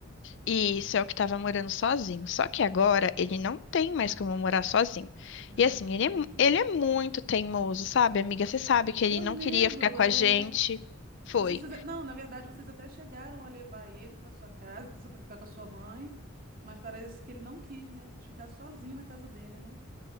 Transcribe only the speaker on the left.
E isso é o que estava morando sozinho. Só que agora ele não tem mais como morar sozinho.
E assim, ele é, mu- ele é muito teimoso, sabe, amiga? Você sabe que ele
não
queria ficar com
a gente. Foi.